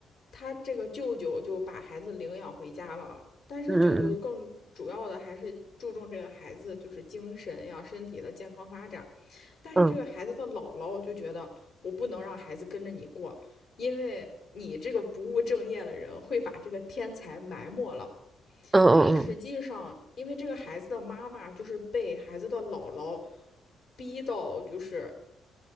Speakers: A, on the left; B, on the right.
A: 他这个舅舅就把孩子领养回家了，但是舅舅更主要的还是注重这个孩子就是精神呀、
B: 嗯嗯嗯嗯
A: 身体的健康发展，但是这个孩子的姥姥就觉得我不能让孩子跟着你过，
B: 嗯。
A: 因为你这个不务正业的人会把这个天才埋没了。
B: 嗯
A: 但实际上，因为这个孩子的妈妈就是被孩子的姥姥逼到，就是